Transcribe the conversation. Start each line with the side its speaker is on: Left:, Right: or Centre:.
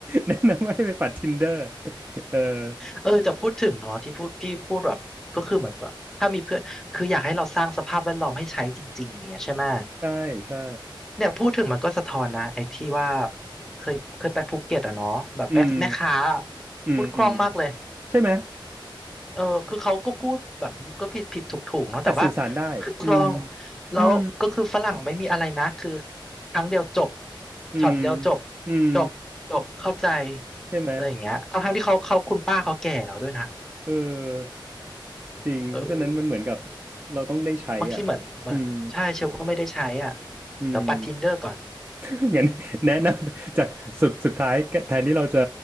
Right: แนะนำให้ไปปัด Tinder เออ
Centre: เออแต่พูดถึงเนาะที่พูดพี่พูดแบบก็คือเหมือนแบบถ้ามีเพื่อนคืออยากให้เราสร้างสภาพแวดล้อมให้ใช้จริงๆเนี่ยใช่ไหม
Right: ใช่ใช่
Centre: เนี่ยพูดถึงมันก็สะท้อนนะไอ้ที่ว่าเคยเคยไปภูเก็ตอะเนาะแบบแม่แม่ค้า
Right: อืมอืมอืม
Centre: พูดคล่องมากเลย
Right: ใช่ไหม
Centre: เออคือเขาก็พูดแบบก็ผิดผิดถูกถูกเนาะแต่ว่า
Right: แต่สื่อสารได้อืม
Centre: คือคล่องแล้วก็คือฝรั่งไม่มีอะไรนะคือ
Right: อืม
Centre: ครั้งเดียวจบ
Right: อืม
Centre: ช็อตเดียวจบ
Right: อืม
Centre: จบจบเข้าใจ
Right: ใช่ไหม
Centre: อะไรอย่างเงี้ยทั้งทั้งที่เขาเขาคุณป้าเขาแก่แล้วด้วยนะ
Right: เออจริงเพราะฉะนั้นมันเหมือนกับ
Centre: เออ
Right: เราต้องได้ใช้อ่ะอืม
Centre: บางทีเหมือนเหมือนใช่เชลก็ไม่ได้ใช้อ่ะ
Right: อืม
Centre: เดี๋ยวปัด Tinder ก่อน
Right: <laughs> งั้นแนะนำจากสุดสุดท้ายแทนที่เราจะ